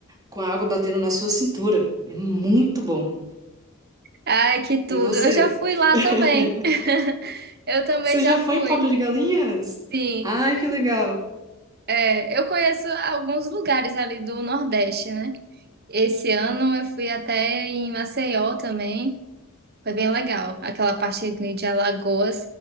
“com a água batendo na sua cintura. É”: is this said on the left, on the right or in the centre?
Right